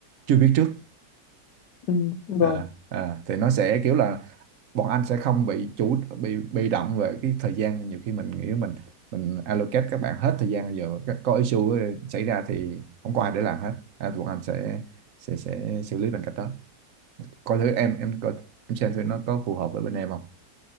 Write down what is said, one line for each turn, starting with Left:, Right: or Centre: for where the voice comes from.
Right: chưa biết trước
Left: Ừ, đúng
Right: à,
Left: rồi.
Right: à, thì nó sẽ kiểu là bọn anh sẽ không bị chủ bị bị động về cái thời gian nhiều khi mình nghĩ mình mình allocate các bạn hết thời gian giờ các- có issue xảy ra thì không có ai để làm hết à, bọn anh sẽ sẽ sẽ xử lý bằng cách đó coi thử em em coi em xem thử nó có phù hợp với bên em không